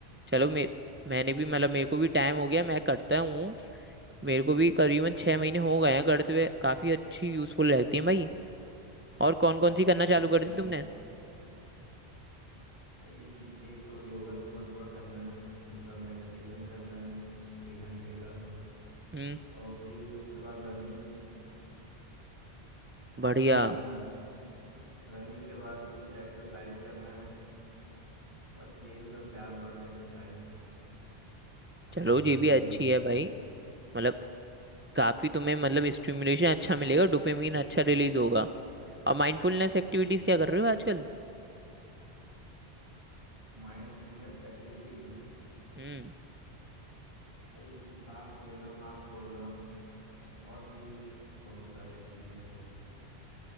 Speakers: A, on the right (about 15°); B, on the left (about 65°).
A: चलो मे मैंने भी मतलब मेरे को भी टाइम हो गया मैं करता हूँ मेरे को भी करीबन छह महीने हो गए हैं करते हुए काफी अच्छी यूजफुल रहती है भाई और कौन कौन सी करना
B: हाँ भाई
A: चालू कर
B: नहीं।
A: दी तुमने
B: भाई एक तो योगा सुबह सुबह करना है दूसरा मेडिटेशन करना है एक घंटे का
A: हम्म
B: और फिर उसके बाद रनिंग
A: बढ़िया
B: और रनिंग रनिंग के बाद कुछ एक्सरसाइज करना है बस यही सब चार पांच एक्सरसाइज
A: चलो
B: जो हमारे
A: ये भी
B: लिए
A: अच्छी है भाई मतलब काफी तुम्हें मतलब स्टिमुलेशन अच्छा मिलेगा डोपामिन अच्छा रिलीज होगा अब माइंडफुलनेस एक्टिविटीज क्या कर रहे हो आजकल
B: माइंडफुलनेस एक्टिविटीज
A: हम्म
B: भाई सांस लेना सांस छोड़ना और भी बहुत सारे एक्टिविटीज है